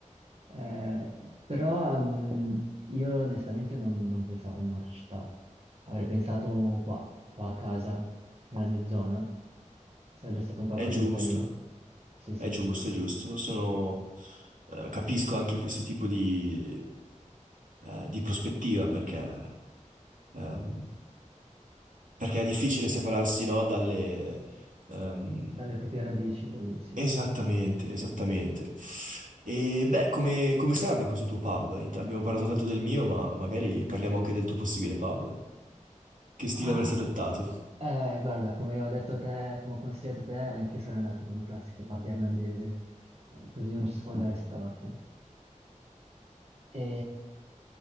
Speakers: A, on the right; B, on the right.
A: Eh, però mh, io onestamente non, non pensavo in un'altra città. Avrei pensato qua, qua a casa, nella mia zona. Sarebbe stato un qualcosa
B: È giusto,
A: di carino. Sì, sì.
B: è giusto, è giusto. Sono, eh, capisco anche questo tipo di, eh, di prospettiva perché, ehm, perché è difficile separarsi, no, dalle, ehm,
A: Dalle proprie radici, del- sì.
B: Esattamente, esattamente. E beh, come, come sarebbe questo tuo pub? Int- Abbiamo parlato tanto del mio, ma magari parliamo anche del tuo possibile pub. Che stile
A: Ah,
B: avresti adottato?
A: eh, guarda, come ho detto a te, come ho consigliato a te, anche io sarei andato per un classico pub irlandese, così non ci si può andare storti. E,